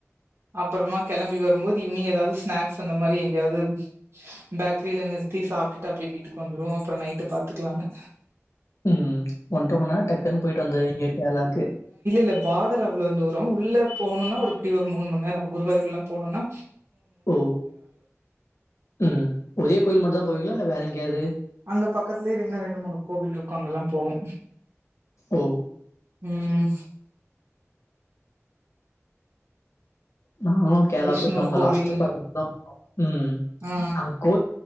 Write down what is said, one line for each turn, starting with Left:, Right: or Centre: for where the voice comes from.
Right: அப்புறமா கிளம்பி வரும்போது ஈவி்னிங் ஏதாவது ஸ்நாக்ஸ் அந்த மாதிரி எங்கேயாவது பேக்கரியில நிறுத்தி சாப்பிட்டுட்டு அப்படியே வீட்டுக்கு வந்துருவோ அப்புறோ நைட்டு பாத்துக்கலானு
Left: ம் ஒன்ர மணி நேரோ டக்குன்னு போயிட்டு வந்துரீங்க கேரளாக்கு
Right: இந்த பார்டர் அவ்ளோந் தூரோ உள்ள போணுன்னா ஒரு இப்பிடி ஒரு மூணு மணி நேரோ குருவாயூர்லா போகணுன்னா
Left: ஓ ம் ஒரே கோயில் மட்டு தா போவீங்களா வேற எங்கியாவது
Right: அங்க பக்கத்திலயே இன்ன ரெண்டு மூணு கோவில் இருக் க் அங்கலா போவோ
Left: ஓ!
Right: ம்
Left: நானு கேரளா
Right: விஷ்ணு
Left: போயிட்டுதா வந்தோ
Right: கோவில்
Left: லாஸ்ட் <unintelligible> ம்
Right: ஆ
Left: அங் கோயி